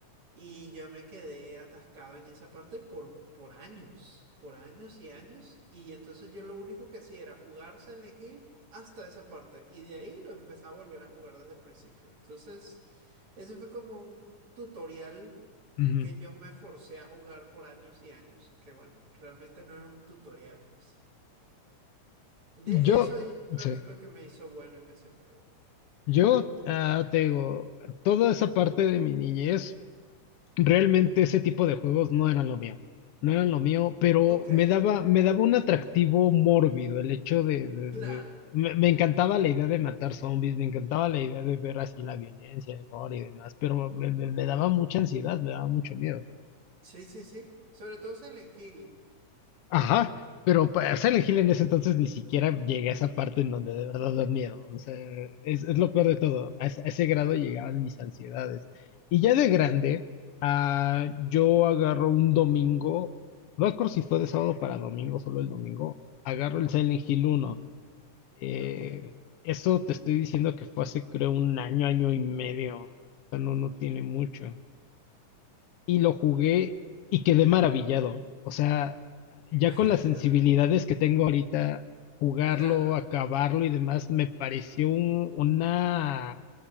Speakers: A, on the right (about 55°); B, on the left (about 70°).
A: Y yo me quedé atascado en esa parte por, por años, por años y años. Y entonces yo lo único que hacía era jugar Silent Hill hasta esa parte. Y de ahí lo empecé a volver a jugar desde el principio. Entonces, ese fue como un tutorial
B: ujú.
A: que yo me forcé a jugar por años y años. Que bueno, realmente no era un tutorial, pues. De
B: Yo,
A: eso ahí creo
B: sí,
A: que es lo que me hizo bueno en ese juego.
B: yo ah, te digo, toda esa parte de mi niñez Realmente ese tipo de juegos no eran lo mío, no eran lo mío, pero
A: Ok,
B: me daba, me daba un atractivo mórbido el hecho de, de-
A: claro.
B: de- me, me encantaba la idea de matar zombies, me encantaba la idea de ver así la violencia, el gore y demás, pero me, me- me daba mucha ansiedad, me daba mucho miedo.
A: Sí, sí, sí. Sobre todo Silent Hill.
B: Ajá, pero para Silent Hill en ese entonces ni siquiera llegué a esa parte en donde de verdad da miedo. O sea, es, es lo peor de todo. A ese, a ese grado llegaban mis ansiedades. Y ya de grande, ah, yo agarro un domingo, no recuerdo si fue de sábado para domingo, solo el domingo, agarro el Silent Hill uno. Eh,
A: Ok,
B: eso te estoy diciendo que fue hace creo un año, año y medio. O sea, no, no tiene mucho y lo jugué
A: ok.
B: y quedé maravillado. O sea, ya
A: <laughs>
B: con las sensibilidades que tengo ahorita, jugarlo,
A: Claro,
B: acabarlo y demás, me pareció un- una,